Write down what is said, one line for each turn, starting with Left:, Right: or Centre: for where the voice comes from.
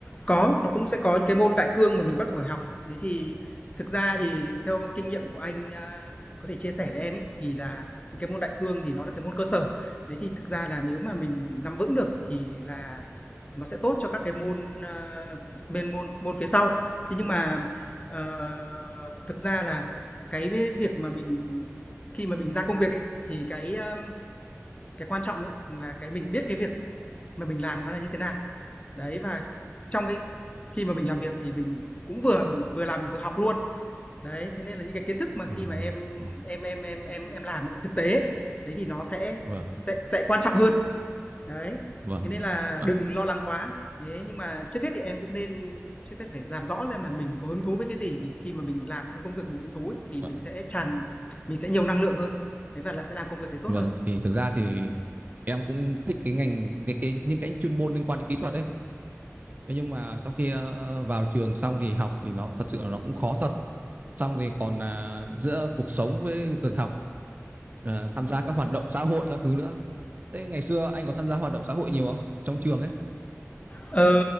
Left: Có, nó cũng sẽ có những cái môn đại cương mà mình bắt buộc phải học. đấy thì thực ra thì theo kinh nghiệm của anh, a, có thể chia sẻ với em ấy, thì là những cái môn đại cương thì nó là cái môn cơ sở. đấy thì thực ra là nếu mà mình nắm vững được thì là nó sẽ tốt cho các cái môn, a, bên môn môn phía sau. Thế nhưng mà, ờ, thực ra là cái việc mà mình khi mà mình ra công việc ấy, thì cái, a, cái quan trọng ấy là cái mình biết cái việc mà mình làm nó là như thế nào. Đấy và trong cái khi mà mình làm việc thì mình cũng vừa vừa làm mình vừa học luôn. Đấy, thế nên là những cái kiến thức mà khi
Right: Ờ,
Left: mà em
Right: ờ,
Left: em em em em em làm ấy, thực tế đấy thì nó sẽ
Right: vâng
Left: sẽ sẽ quan trọng hơn. Đấy.
Right: vâng
Left: Thế nên là
Right: À,
Left: đừng lo lắng quá. Thế nhưng mà trước hết thì em cũng nên trước hết phải làm rõ lên là mình có hứng thú với cái gì vì khi mà mình làm cái công việc mình hứng thú ấy, thì mình
Right: à,
Left: sẽ tràn mình sẽ nhiều năng lượng hơn. Đấy và là sẽ làm công việc đấy tốt
Right: vâng
Left: hơn.
Right: thì thực ra thì em cũng thích cái ngành cái, cái những cái chuyên môn liên quan đến kỹ thuật ấy Thế nhưng mà sau khi ờ, vào trường xong thì học thì nó thật sự là nó cũng khó thật. Xong thì còn là giữa cuộc sống với việc học ờ, tham gia các hoạt động xã hội các thứ nữa. Thế ngày xưa anh có tham gia hoạt động xã hội nhiều không? Trong trường ấy.
Left: Ờ,